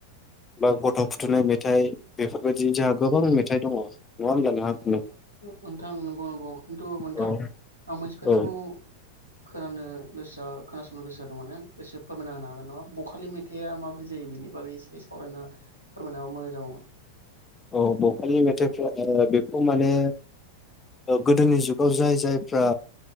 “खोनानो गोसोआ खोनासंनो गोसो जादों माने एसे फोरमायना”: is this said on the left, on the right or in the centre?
Right